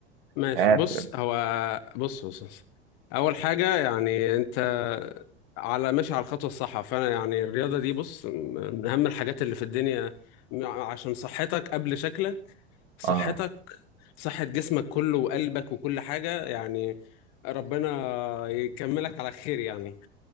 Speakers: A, on the left (about 50°); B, on the right (about 65°).
A: ماشي
B: مش عارف
A: بص هو بص بص بص. اول حاجه يعني انت على ماشي على الخطوه الصح فانا يعني الرياضه دي بص من اهم الحاجات اللي في الدنيا م- عشان صحتك قبل شكلك صحتك
B: اه
A: صحه جسمك كله وقلبك وكل حاجه يعني ربنا يكملك على خير يعني